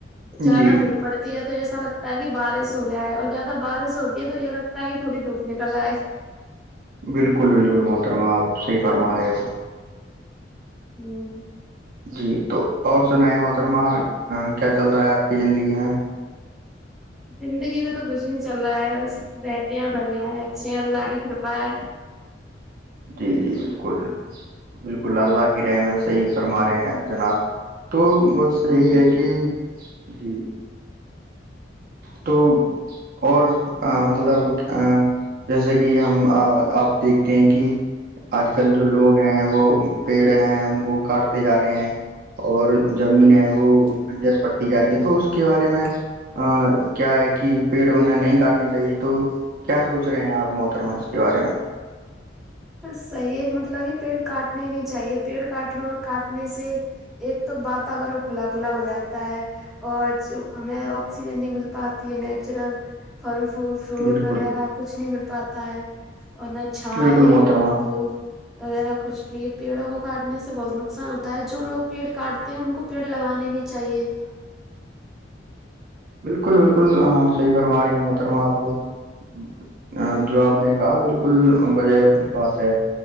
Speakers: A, in the centre; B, on the right (about 50°).
A: زیادہ
B: جی
A: دھپ پڑتی ہے تو ایسا لگتا ہے کہ بارش ہو جائے اور زیادہ بارش ہوتی ہے تو یہ لگتا ہے کہ تھوڑی دھوپ نکل آئے
B: بالکل بالکل محترما آپ صحی فرما رہے ہو
A: ہوں
B: جی تو اور سنیں محترمہ کیا چل رہا ہے آپ کی زندگی میں
A: زندگی میں تو کچھ نہیں چل رہا ہے بس بہتےے ہیں بڑھیا ہے اچھے ہیں اللہ کی کرپا ہے
B: جی جی بالکل بالکل اللہ کی رحم صحیح فرما رہے ہیں جناب تو بس یہی
A: ہوں
B: ہے کہ جی تو اور مطلب ا جیسے کہ ہم آپ دیکھتے ہیں کہ آج کل جو لوگ ہیں وہ پیڑ ہیں ان کو کاٹتے جا رہے ہیں اور زمین ہے وہ بنجر پڑتی جا رہی ہے تو اس کے بارے میں ا کیا ہے کہ پیڑ انہیں نہیں کاٹنے چاہیے تو کیا سوچ رہے ہیں آپ محترما اس کے بارے میں
A: صحیح مطلب کہ پیڑ کاٹنے نہیں چاہیے پیڑ کاٹنا اور کاٹنے سے ایک تو واتورن کھلا کھلا ہو جاتا ہے اور جو ہمیں آکسیجن نہیں مل پاتی ہے نیچرل پھل فول فروٹ
B: بالکل
A: وغیرہ کچھ نہیں مل پاتا ہے اور نہ چھائے
B: بالکل محترما
A: نہ دودھ وغیرہ کچھ بھی پیڑوں کو کاٹنے سے بہت نقصان ہوتا ہے جو لوگ پیڑ کاٹتے ہیں ان کو پیڑ لگانے بھی چاہیے
B: بالکل بالکل صحی فرم آ رہی بترم آپ ا
A: ہ
B: جو آپ نے کہا بالکل وجہ بات ہے